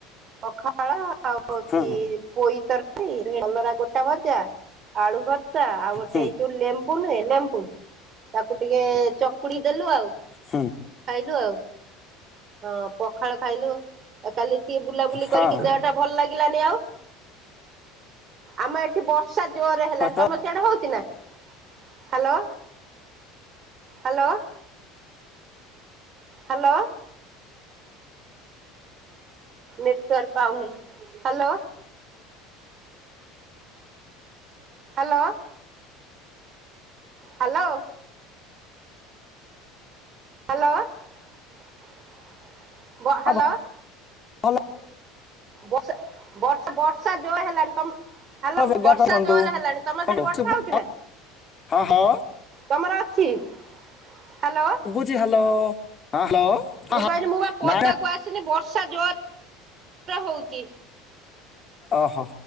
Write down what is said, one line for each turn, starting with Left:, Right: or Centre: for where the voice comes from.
Right: ପଖାଳ ଆଉ ହଉଛି
Left: ହୁଁ
Right: ପୋଇ ତରକାରୀ କଲରା ଗୋଟା ଭଜା ଆଳୁ ଭର୍ତ୍ତା ଆଉ ଗୋଟେ
Left: ହୁଁ
Right: ଏଇ ଯୋଉ ଲେମ୍ବୁ ନୁହେଁ ଲେମ୍ବୁ ତାକୁ ଟିକେ ଚକୁଡି ଦେଲୁ ଆଉ ଖାଇଲୁ
Left: ହୁଁ
Right: ଆଉ ହଁ। ପଖାଳ ଖାଇଲୁ ଆଉ କାଲି ଟିକେ ବୁଲାବୁଲି
Left: ହଁ
Right: କରିକି ଦେହ ଭଲ ଲାଗିଲାନି ଆଉ ଆମ ଏଠି ବର୍ଷା ଜୋରରେ ହେଲାଣି
Left: ଭାତ
Right: ତମେ ସିଆଡ଼େ ହୋଉଛି ନା? Hello hello. ହ୍ୟାଲୋ। ନେଟୱାର୍କ ପାଉନି। Hello hello hello. ହ୍ୟାଲୋ ବ
Left: ଆଉ
Right: ହ୍ୟାଲୋ।
Left: ଭଲ
Right: ବର୍ଷା ବର୍ଷା ବର୍ଷା ଯୋରେ ହେଲାଣୀ ତମ ହ୍ୟାଲୋ
Left: ଭଲ ଜାଗା
Right: ବର୍ଷା
Left: ତ ବନ୍ଧୁ
Right: ଜୋରରେ ହେଲାଣି। ତମର
Left: ହଁ
Right: ସେଠି ବର୍ଷା
Left: ଶୁଭୁ-
Right: ହଉଛି ନା?
Left: ହଁ ହଁ
Right: ତମର ଅଛି ହ୍ୟାଲୋ।
Left: ଜି ହ୍ୟାଲୋ ହଁ ହ୍ୟାଲୋ। ହଁ
Right: ମୁଁ
Left: ହଁ
Right: କହିଲି ମୁଁ ବା ପଦାକୁ
Left: ନାଇଁ
Right: ଆସିଲି ବର୍ଷା ଜୋରରେ ହୋଉଛି।
Left: ଓହୋ